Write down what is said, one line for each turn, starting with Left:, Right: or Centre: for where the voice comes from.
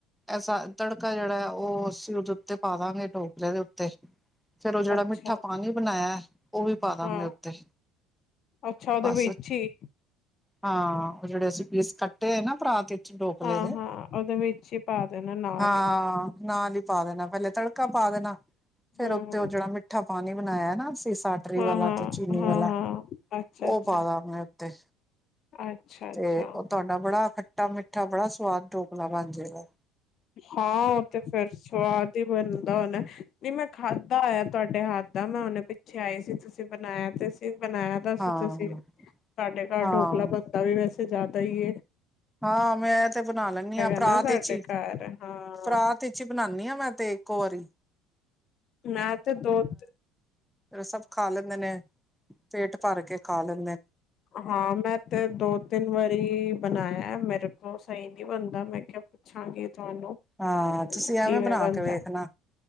Centre: ਐਸਾ ਤੜਕਾ ਜਿਹੜਾ ਹੈ ਉਹ ਅਸੀਂ ਉਹਦੇ ਉੱਤੇ ਪਾਵਾਗੇ ਡੋਕਲੇ ਦੇ ਉੱਤੇ ਫੇਰ ਉਹ ਜਿਹੜਾ
Left: ਅੱਛਾ
Centre: ਮਿੱਠਾ ਹਾਂਜੀ ਬਣਾਇਆ ਉਹ ਵੀ ਪਾ ਦਾਂਗੇ
Left: ਹਾਂ
Centre: ਉੱਤੇ
Left: ਅੱਛਾ ਉਹਦੇ
Centre: ਬਸ
Left: ਵਿੱਚ ਹੀ
Centre: ਹਾਂ ਉਹ ਜਿਹੜੇ ਅਸੀਂ ਪੀਸ ਕੱਟੇ ਹੋਏ ਨਾ ਪਰਾਤ ਡੋਕਲੇ
Left: ਹਾਂ
Centre: ਦੇ
Left: ਹਾਂ ਉਹਦੇ ਵਿੱਚ ਹੀ ਪਾ ਦੇਣਾ ਨਾਲ
Centre: ਹਾਂ
Left: ਹੀ
Centre: ਨਾਲ ਹੀ ਪਾ ਦੇਣਾ ਪਹਿਲੇ ਤੜਕਾ ਪਾ ਦੇਣਾ ਫੇਰ
Left: ਹਮ
Centre: ਉੱਤੇ ਉਹ
Left: ਹਮ,
Centre: ਜਿਹੜਾ ਮਿੱਠਾ ਪਾਣੀ ਬਣਾਇਆ ਨਾ ਤੇ ਸਾਟਰੀ
Left: ਹਾਂ
Centre: ਵਾਲਾ
Left: ਹਾਂ
Centre: ਤੇ ਚੀਨੀ
Left: ਹਾਂ
Centre: ਵਾਲਾ
Left: ਹਾਂ ਅੱਛਾ
Centre: ਉਹ
Left: ਅੱਛਾ
Centre: ਪਾਦਾ ਗੈ ਉੱਤੇ।
Left: ਅੱਛਾ ਅੱਛਾ
Centre: ਤੇ ਉਹ ਤੁਹਾਡਾ ਬੜਾ ਖੱਟਾ ਮਿੱਠਾ ਬੜਾ ਸਵਾਦ ਡੋਕਲਾ ਬਣ ਜੇਗਾ।
Left: ਹਾਂ ਉਹ ਤੇ ਫੇਰ ਸਵਾਦ ਹੀ ਬਣਦਾ ਹੋਨਾ ਨਹੀਂ ਮੈਂ ਖਾਧਾ ਹੋਇਆ। ਤੁਹਾਡੇ ਹੱਥ ਦਾ ਮੈਂ ਹੁਨੇ ਪਿੱਛੇ ਆਈ ਸੀ ਤੁਸੀਂ ਬਣਾਇਆ ਤੇ ਸੀ ਬਣਾਇਆ ਤਾਂ
Centre: ਹਾਂ।
Left: ਸੀ ਤੁਸੀਂ ਸਾਡੇ ਘਰ
Centre: ਹਾਂ,
Left: ਡੋਕਲਾ ਬੰਨਦਾ ਵੀ ਵੈਸੇ ਜਿਆਦਾ ਹੀ ਹੈ।
Centre: ਹਾਂ ਮੈਂ ਤੇ ਬਣਾ ਲੈਂਦੀ ਹਾਂ ਪਰਾਤ
Left: ਨਾ ਸਾਡੇ
Centre: ਚ ਹੀ
Left: ਘਰ ਹਾਂ
Centre: ਪਰਾਤ ਵਿੱਚ ਈ ਬਣਾਨੀ ਆ ਮੈਂ ਤੇ ਇੱਕੋ ਵਾਰੀ
Left: ਮੈਂ ਤੇ ਦੋ ਤੇ
Centre: ਫੇਰ ਸਭ ਖਾ ਲੈਂਦੇ ਨੇ। ਪੇਟ ਭਰ ਕੇ ਖਾ ਲੈਣ
Left: ਹਾਂ ਮੈਂ ਤੇ ਦੋ ਤਿੰਨ ਵਾਰੀ ਬਣਾਇਆ ਮੇਰੇ ਕੋਲ ਸਹੀ ਨੀ ਬਣਦਾ ਮੈਂ ਕਿਹਾ ਪੁੱਛਾਂਗੀ ਤੁਹਾਨੂੰ
Centre: ਹਾਂ ਤੁਸੀਂ ਐਵੇਂ
Left: ਕਿਵੇਂ
Centre: ਬਣਾ
Left: ਬਣਦਾ
Centre: ਕੇ ਵੇਖਣਾ